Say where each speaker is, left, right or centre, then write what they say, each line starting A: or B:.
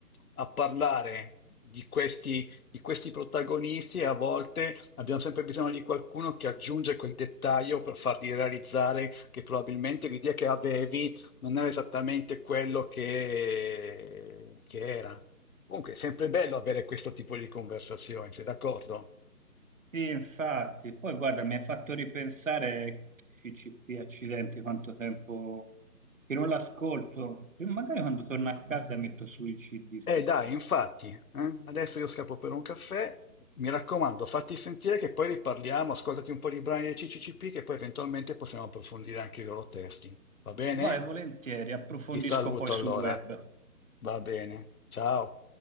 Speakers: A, on the left; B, on the right.
A: a parlare di questi, di questi protagonisti e a volte abbiamo sempre bisogno di qualcuno che aggiunge quel dettaglio per farti realizzare che probabilmente l'idea che avevi non era esattamente quello che, che era. Comunque è sempre bello avere questo tipo di conversazioni, sei d'accordo?
B: Sì, infatti, poi guarda, mi ha fatto ripensare CCP, accidenti, quanto tempo che non l'ascolto. Io Magari quando torno a casa metto su il CD stasera.
A: Eh dai, infatti, eh, adesso io scappo per un caffè, mi raccomando, fatti sentire che poi riparliamo, ascoltati un po' di brani del CCCP che poi eventualmente possiamo approfondire anche i loro testi, va bene?
B: Vai, volentieri, approfondisco
A: Ti saluto
B: poi sul
A: allora,
B: web.
A: va bene, ciao.